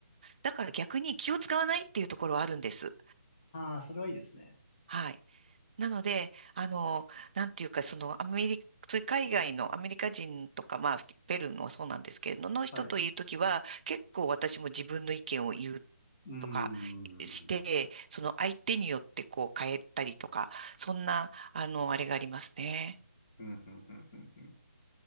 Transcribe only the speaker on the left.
ああ、それはいいですね。
はい。う
ーん。
うん、
うん、うん、うん。うん